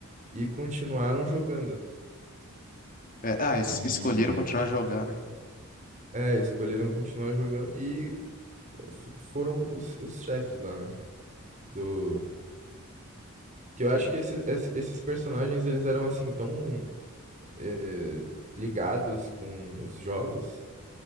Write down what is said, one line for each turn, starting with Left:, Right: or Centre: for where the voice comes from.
Right: e continuaram jogando.
Left: É, ah, es-
Right: E
Left: escolheram continuar a jogar, né?
Right: é, escolheram continuar jogando e f- foram os, os chefes lá, né? Do. Que eu
Left: Sim.
Right: acho que esses, esses esses personagens eles eram assim tão eh, ligados com os jogos